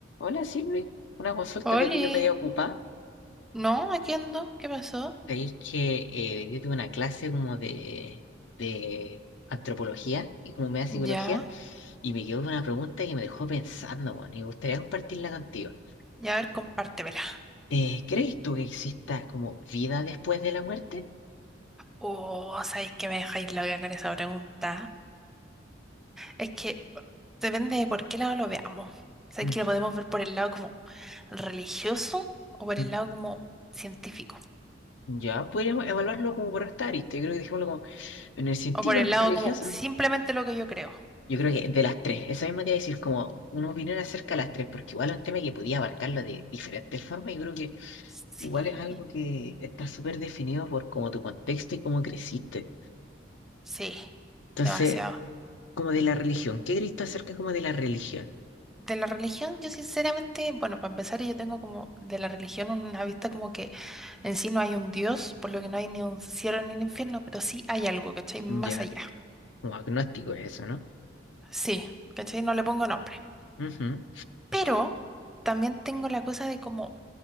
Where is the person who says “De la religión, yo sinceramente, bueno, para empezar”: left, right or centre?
Centre